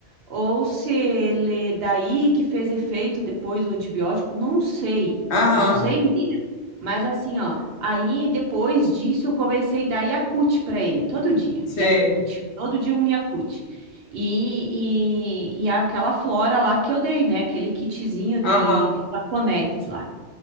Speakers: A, on the right; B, on the left.
A: ou se ele daí que fez efeito depois o antibiótico, não sei.
B: Aham,
A: Não sei, menina. Mas assim, ó, aí depois disso eu comecei a dar Yakult pra ele todo dia,
B: sei.
A: Yakult, todo dia um Yakult. E, e, e aquela flora lá que eu dei, né? Aquele kitzinho de,
B: Aham.
A: de flaconetes lá.